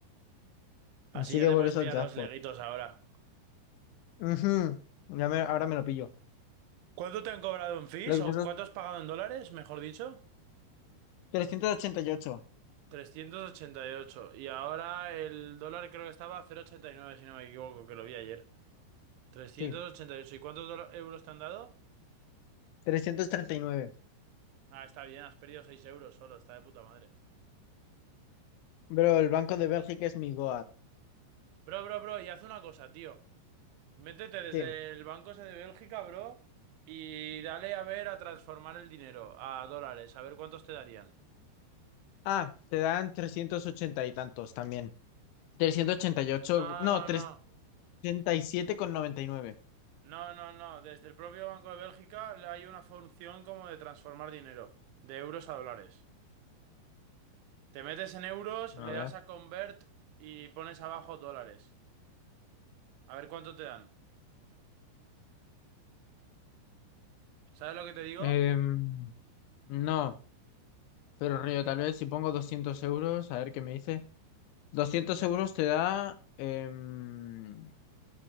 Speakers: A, on the left; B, on the right.
A: Así
B: Así ya
A: que
B: te
A: por
B: puedes
A: eso
B: pillar
A: jackpot.
B: los leguitos ahora.
A: Ujú, Ya me- ahora me lo pillo.
B: ¿Cuánto te han cobrado en fees
A: Creo que
B: o
A: puso
B: cuánto has pagado en dólares, mejor dicho?
A: 388.
B: 388. Y ocho. Y ahora el dólar creo que estaba a 0,89, si no me equivoco, que lo vi ayer. 388.
A: Sí,
B: ¿Y ocho. ¿Y cuántos dola- euros te han dado?
A: 339.
B: Ah, está bien, has perdido 6 euros solo, está de puta madre.
A: Bro, el Banco de Bélgica es mi Goat.
B: Bro, bro, bro, y haz una cosa, tío. Métete desde
A: ¿Qué?
B: el banco ese de Bélgica, bro, y dale a ver a transformar el dinero a dólares, a ver cuántos te darían.
A: Ah, te dan 380 y tantos también. 388,
B: No,
A: no,
B: no, no.
A: 387,99.
B: No, no, no. Desde el propio Banco de Bélgica hay una función como de transformar dinero de euros a dólares. Te metes en euros,
A: A
B: le
A: ver.
B: das a convert y pones abajo dólares. A ver cuánto te dan. ¿Sabes lo que te digo?
A: Em, no, pero Río, tal vez si pongo 200 euros, a ver qué me dice. doscientos euros te da em,